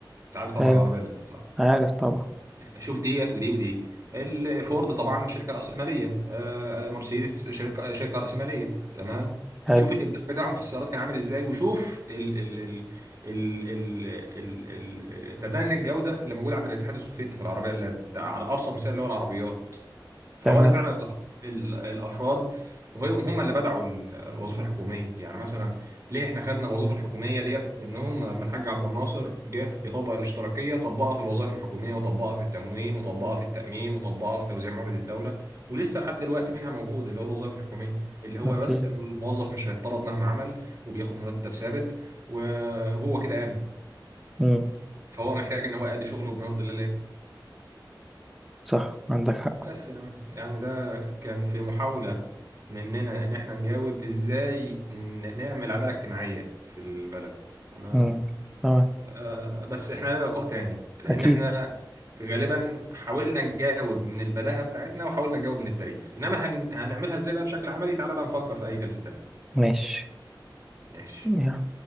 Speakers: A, on the right (about 40°); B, in the centre.
A: انت عارف طبعا
B: حلو
A: العربيه اللادا
B: عارف طبعا
A: شوف ديت ودي ودي الفورد طبعا شركه راسماليه آه، مرسيدس شركه شركه راسماليه تمام
B: حلو
A: شوف الابداع بتاعهم في السيارات كان عامل ازاي وشوف ال ال ال ال ال ال ال- تدني الجوده اللي موجوده عند الاتحاد السوفيتي في العربيه اللادا ده على ابسط مثال اللي هو العربيات فهو
B: تمام
A: ده فعلا اللي حصل ال- الافراد وهم هم اللي بدعوا ال- الوظيفه الحكوميه يعني مثلا ليه احنا خدنا الوظيفه الحكوميه ديت منهم لما الحاج عبد الناصر جه يطبق الاشتراكيه طبقها في الوظائف الحكوميه وطبقها في التموين وطبقها في التامين وطبقها في توزيع موارد الدوله ولسه لحد دلوقتي منها موجود اللي هو الوظائف الحكوميه اللي هو
B: اوكي
A: بس الموظف مش هيتطرد مهما عمل وبياخد مرتب ثابت وهو كده امن
B: امم
A: فهو محتاج ان هو يأدي شغله بما يرضي الله
B: صح عندك حق
A: بس يعني يعني ده كان في محاولة مننا إن إحنا نجاوب إزاي ن- نعمل عدالة اجتماعية في البلد تمام
B: امم تمام
A: آه بس إحنا لنا لقاء تاني لأن
B: اكيد
A: إحنا غالبا حاولنا نجاوب من البداهة بتاعتنا وحاولنا نجاوب من التاريخ إنما هن... هنعملها إزاي بقى بشكل عملي تعالى بقى نفكر في أي جلسة تانية
B: ماشي
A: ماشي
B: يلا